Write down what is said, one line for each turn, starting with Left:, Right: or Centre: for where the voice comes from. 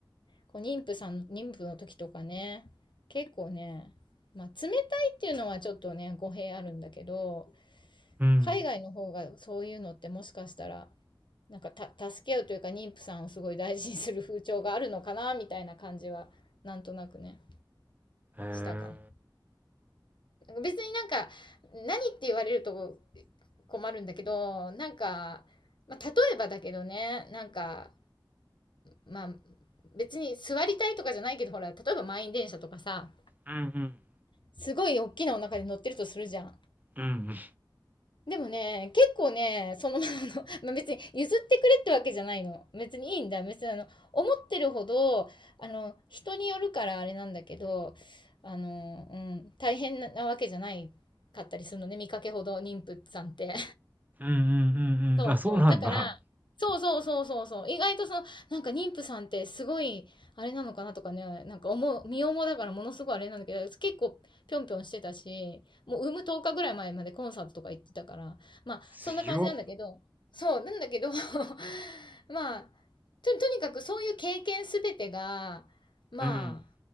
Left: う、こう妊婦さん、妊婦の時とかね、結構ね、まあ、冷たいっていうのはちょっとね、語弊あるんだけど、
Right: うん。
Left: 海外の方がそういうのってもしかしたら、なんかた、助け合うというか、妊婦さんをすごい大事にする風潮があるのかな、みたいな感じは、なんとなくね、
Right: へえ。
Left: したかな。別になんか、何って言われると困るんだけど、なんか、まあ、例えばだけどね、なんか、まあ、別に座りたいとかじゃないけど、ほら、例えば満員電車とかさ、
Right: うんうん。
Left: すごい大きなお腹で乗ってるとするじゃん。
Right: うんうん。
Left: でもね、結構ね、そのままの、<laughs> まあ、別に譲ってくれってわけじゃないの。別にいいんだ。別にあの、思ってるほど、あの、人によるからあれなんだけど、あの、うん、大変なわけじゃないかったりするのね、見かけほど妊婦さんって。
Right: うんうんうんうん。
Left: そうそう。
Right: あ、そうなんだ。
Left: だから、そうそうそうそうそう。意外とその、なんか妊婦さんってすごい、あれなのかなとかね、なんか思う、身重だからものすごいあれなんだけど、結構ぴょんぴょんしてたし、もう産む10日ぐらい前までコンサートとか行ってたから、まあ、
Right: 強っ。
Left: そんな感じなんだけど、そう、なんだけど <laughs> まあ、と、とにかくそういう経験すべてが、ま
Right: うん。